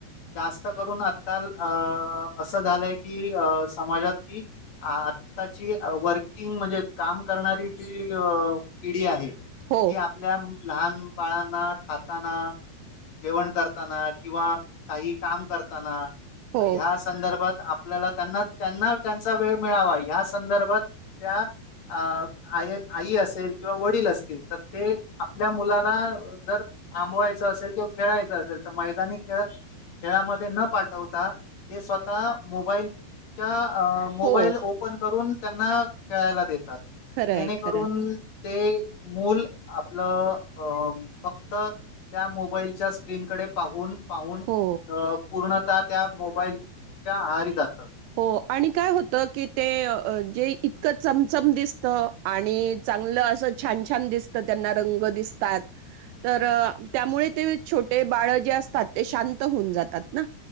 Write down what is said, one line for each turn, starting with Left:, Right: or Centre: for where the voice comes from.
Left: जास्त करून आकाल अ असं झालंय की अ समाजात की स्ताची वर्किंग म्हणजे काम करणारी जी पिढी आहे जी
Right: हो
Left: आपल्या लहान बाळांना खाताना जेवण करत किंवा काही काम करताना
Right: हो
Left: ह्या संदर्भात आपल्याला त्यांना त्यांना त्यांचा वेळ मिळावा या संदर्भात त्या अ आई आई असेल किंवा वडील असतील तर ते आपल्या मुलाला जर थांबवायचं असेल किंवा खेळायचं असेल तर मैदानी खेळ खेळामध्ये न पाठवता ते स्वतः मोबाईलच्या अ मोबाईल
Right: हो
Left: ओपन करून त्यांना खेळायला देतात
Right: खरंय
Left: जेणेकरून
Right: खरंय
Left: ते मूल आपलं अ फक्त त्या मोबाईलच्या स्क्रीनकडे पाहून पाहून
Right: हो
Left: पूर्ण त्या मोबाईलच्या आहारी जात
Right: हो आणि काय होत की ते जे इतकं चमचम दिसत आणि चांगलं असं छान छान दिसत त्यांना रंग दिसतात तर त्यामुळे ते छोटे बाळ जे असतात ते शांत होऊन जातात ना